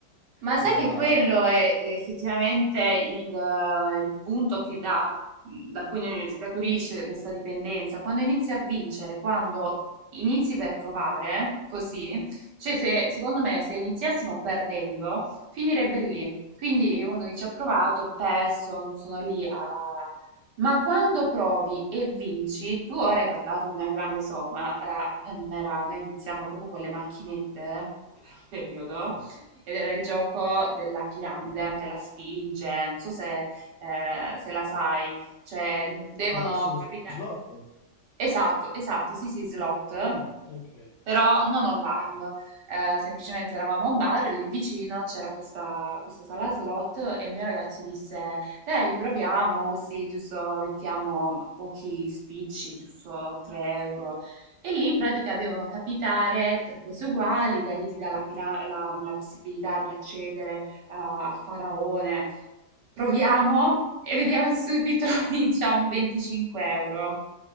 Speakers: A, on the right; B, on the left.
A: Ma sai
B: era...
A: che quello è è effettivamente il, eh, il punto che dà, da cui ne scaturisce questa dipendenza. Quando inizi a vincere, quando inizi per provare, così, cioè se, secondo me se iniziassimo perdendo, finirebbe lì. Quindi uno dice ho provato, ho perso, non sono lì a... Ma quando provi e vinci, tu ora hai parlato di una grande somma, eh, a me non era, noi iniziamo proprio con le macchinette eh, per un periodo
B: Mm.
A: ed era il gioco della piramide, della sfinge, non so se, eh, se la sai, cioè devono
B: Ma sullo
A: capitare...
B: slot?
A: Esatto, esatto, sì, sì, slot,
B: Mm, Ok.
A: però non online. Eh, semplicemente eravamo a un bar, lì vicino c'era questa, questa sala slot e il mio ragazzo disse, dai, proviamo così, giusto, mettiamo ma, pochi spicci, giusto 3 euro. E lì in pratica devono capitare tre cose uguali, da lì ti dà la, pira- la- la possibilità di accedere eh, al faraone. Proviamo e vediamo subito, <laughs> vinciamo 25 euro.